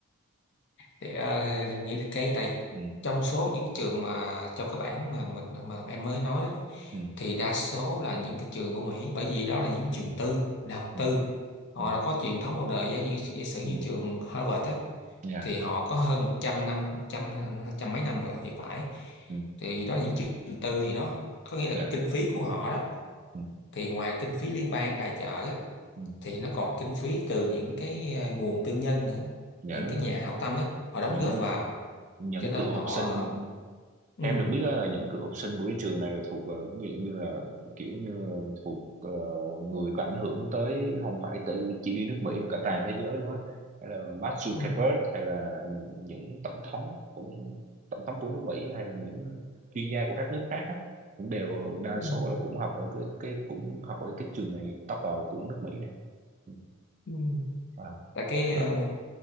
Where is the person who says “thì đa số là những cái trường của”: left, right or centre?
Left